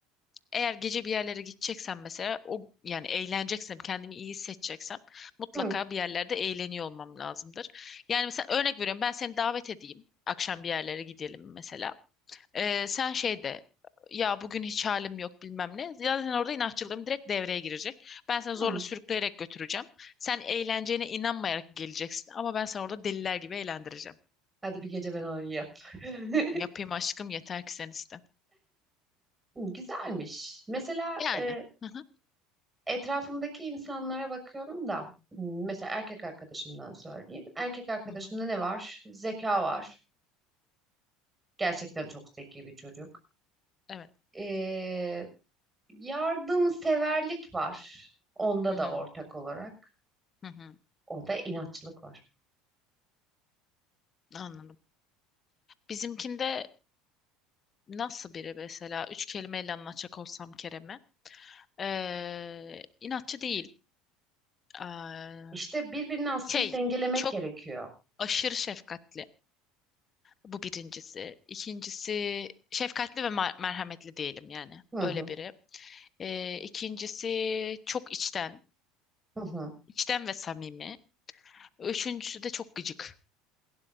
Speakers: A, on the left; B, on the right.
A: eğer gece bir yerlere gideceksem mesela o yani eğleneceksem kendimi iyi hissedeceksem mutlaka
B: Hı,
A: bir yerlerde eğleniyor olmam lazımdır. Yani mesela örnek veriyorum ben seni davet edeyim. Akşam bir yerlere gidelim mesela. Ee, sen şey de ya bugün hiç halim yok bilmem ne. Zaten orada inatçılığım direkt devreye girecek. Ben seni zorla
B: hı.
A: sürükleyerek götüreceğim. Sen eğleneceğine inanmayarak geleceksin ama ben seni orada deliler gibi eğlendireceğim.
B: Hadi bir gece ben oynayayım. <laughs>
A: Yapayım aşkım yeter ki sen iste.
B: Güzelmiş. Mesela
A: Yani.
B: e,
A: Hı hı.
B: etrafımdaki insanlara bakıyorum da m, mesela erkek arkadaşımdan söyleyeyim. Erkek arkadaşımda
A: Hı hı.
B: ne var? Zeka var. Gerçekten çok zeki bir çocuk.
A: Evet.
B: E, yardımseverlik var. Onda
A: Hı hı.
B: da ortak olarak.
A: Hı hı.
B: Onda inatçılık var.
A: Anladım. Bizimkinde nasıl biri mesela üç kelimeyle anlatacak olsam Kerem'e ee, inatçı değil. Ee,
B: İşte birbirini aslında
A: şey
B: dengelemek
A: çok
B: gerekiyor.
A: aşırı şefkatli. Bu birincisi. İkincisi şefkatli ve mer- merhametli diyelim yani.
B: Hı
A: Öyle
B: hı
A: biri. Ee, ikincisi çok içten,
B: hı hı. <laughs>
A: içten ve samimi. Üçüncüsü de çok gıcık.